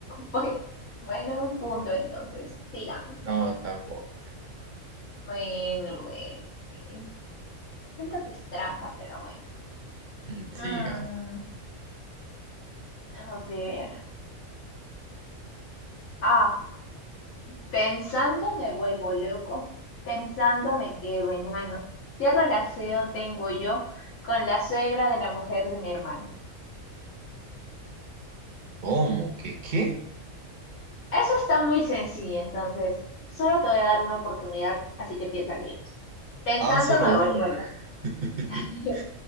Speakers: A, on the left; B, on the right.
A: Pues, bueno, un punto entonces, sigamos.
B: No, tampoco.
A: Bueno, bueno, bueno. Siento que es trampa, pero bueno.
B: Mm, Sigamos.
A: Mm, a ver. Ah, Pensando me vuelvo loco, pensando me quedo enano. ¿Qué relación tengo yo con la suegra de la mujer de mi hermano?
B: ¿Cómo? ¿Qué qué?
A: Eso está muy sencillo, entonces solo te voy a dar una oportunidad, así que piénsalo bien. Pensando
B: Ah, solo
A: me
B: una.
A: vuelvo loco,
B: <laughs>
A: <laughs>